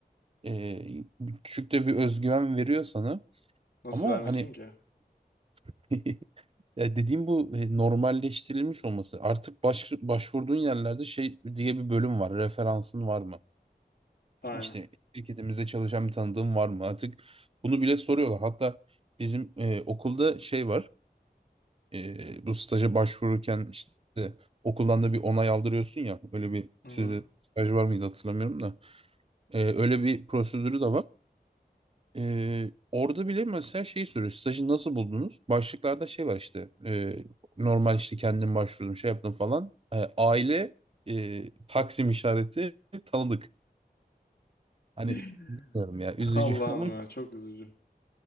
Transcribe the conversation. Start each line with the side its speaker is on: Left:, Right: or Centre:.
Right: e, küçük de bir özgüven veriyor sana.
Left: Nasıl
Right: Ama
Left: vermesin
Right: hani
Left: ki?
Right: <laughs> ya dediğim bu e, normalleştirilmiş olması. Artık baş, başvurduğun yerlerde şey diye bir bölüm var. Referansın var mı?
Left: Aynen.
Right: İşte şirketimizde çalışan bir tanıdığım var mı artık? Bunu bile soruyorlar. Hatta bizim e, okulda şey var. E, bu staja başvururken işte okuldan da bir onay aldırıyorsun ya. Öyle bir
Left: Hı
Right: sizde
Left: hı.
Right: staj var mıydı hatırlamıyorum da. E, öyle bir prosedürü de var. E, orada bile mesela şeyi soruyor. Stajı nasıl buldunuz? Başlıklarda şey var işte. E, normal işte kendim başvurdum şey yaptım falan. E, aile e, Taksim işareti tanıdık. Hani
Left: <laughs>
Right: bilmiyorum ya üzücü
Left: Allah'ım
Right: <laughs> ama
Left: ya çok üzücü.